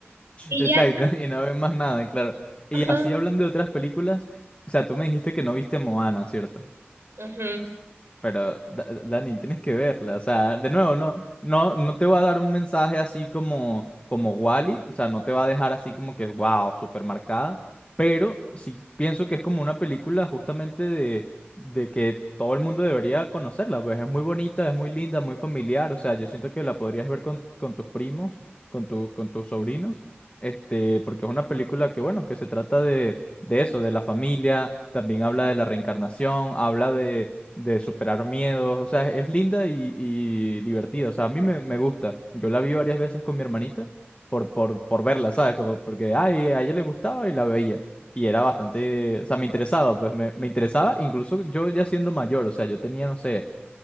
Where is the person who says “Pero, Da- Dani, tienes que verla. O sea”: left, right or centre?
Left